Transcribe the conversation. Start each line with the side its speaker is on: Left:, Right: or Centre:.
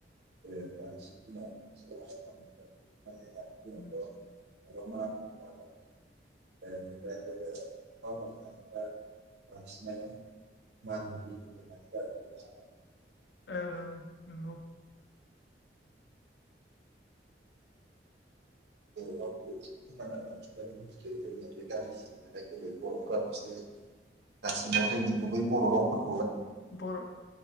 Right: <unintelligible> दिनावथ'
Left: उम
Right: <unintelligible> बांसिनानो
Left: औ औ औ <unintelligible>
Right: बर' रावखौ फोथांना लाखिनोया जोंनिया बे गामिसिंङाव थानाय गुबै बर'फोराल'सो दासिमाव जोंनि गुबै बर' रावफोर
Left: बर'